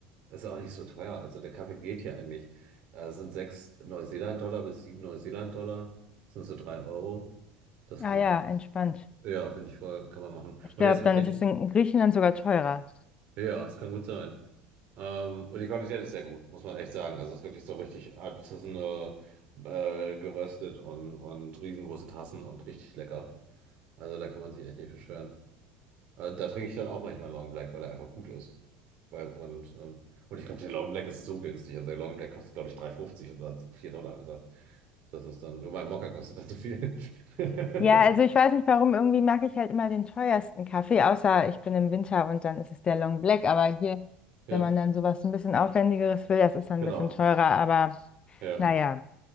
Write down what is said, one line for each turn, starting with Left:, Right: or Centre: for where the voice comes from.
Right: Ist ja auch nicht so teuer. Also der Kaffee geht hier eigentlich. Äh, Es sind sechs Neuseeland-Dollar bis sieben Neuseeland-Dollar. Das sind so drei Euro. Das
Left: Ah
Right: kann
Left: ja,
Right: man.
Left: entspannt.
Right: Ja, finde ich voll, kann man machen.
Left: Ich
Right: Und
Left: glaube,
Right: er ist
Left: dann ist es in Griechenland sogar teurer.
Right: ja, es kann gut sein. Ähm, und die Qualität ist sehr gut, muss man echt sagen. Also es ist wirklich so richtig artisanal äh, geröstet und, und riesengroße Tassen und richtig lecker. Also da kann man sich echt nicht beschweren. Äh, da trinke ich dann auch manchmal Long Black, weil er einfach gut ist. Weil, und, ähm, und ich glaube, der Long Black ist so günstig. Also der Long Black kostet, glaube ich, drei fünfzig oder 4 Dollar. Also das ist dann, nur mein Mokka kostet dann so viel. <laughs>
Left: Ja, also ich weiß nicht warum, irgendwie mag ich halt immer den teuersten Kaffee, außer ich bin im Winter und dann ist es der Long Black. Aber hier,
Right: Ja,
Left: wenn man dann sowas ein bisschen aufwendigeres will, das ist dann
Right: genau.
Left: ein bisschen teurer. Aber
Right: Ja.
Left: naja.